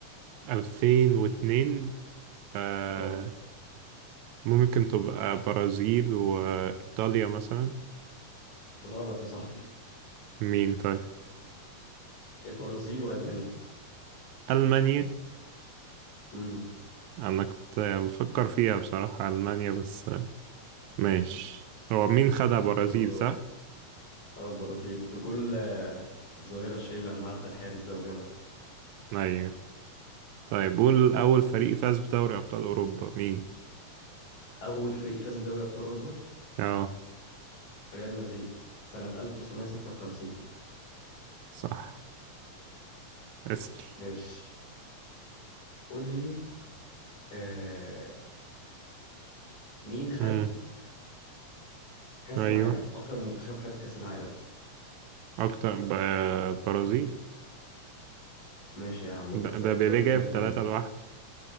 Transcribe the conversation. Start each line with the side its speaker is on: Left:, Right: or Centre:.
Right: 2002 آه
Left: اه
Right: ممكن تبقى برازيل وإيطاليا مثلا
Left: غلط يا صاحبي
Right: مين طيب
Left: البرازيل وألمانيا
Right: ألمانيا
Left: امم
Right: أنا كنت بفكر فيها بصراحة ألمانيا بس آه، ماشي هو مين خدها برازيل
Left: يلا دور
Right: صح؟
Left: اه البرازيل بجول آه، الظاهرة شيل لما عدى الحارس ده وجابها
Right: أيوة طيب قول أول فريق فاز بدوري أبطال أوروبا مين؟
Left: أول فريق فاز بدوري أبطال أوروبا
Right: اه
Left: ريال مدريد سنة 1956
Right: صح اسأل
Left: ماشي قول لي آه مين خد
Right: امم
Left: كأس
Right: أيوه
Left: العالم أكتر منتخب خد كأس العالم
Right: أكتر ب... برازيل
Left: ماشي يا عم قلت
Right: ده,
Left: اسالك
Right: ده بيليه
Left: سؤال
Right: جايب
Left: سهل
Right: تلاتة
Left: كده
Right: لوحده